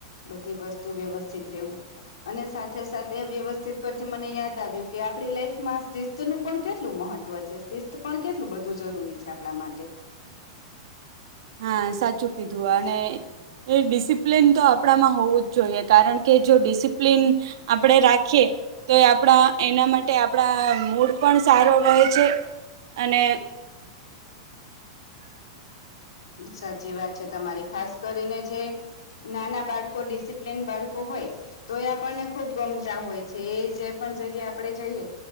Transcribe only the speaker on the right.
હા સાચું કીધું આ અને એ ડિસિપ્લિન તો આપણામાં હોવું જ જોઈએ કારણ કે જો ડિસિપ્લિન આપણે રાખીએ તો આપણા એના માટે આપણા મુડ પણ સારો રહે છે અને